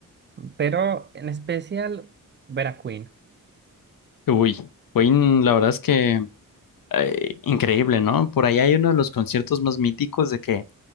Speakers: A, on the right (about 35°); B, on the left (about 80°).
A: Pero en especial ver a Queen.
B: Uy, uy, la verdad es que eh, increíble, ¿no? Por ahí hay uno de los conciertos más míticos de que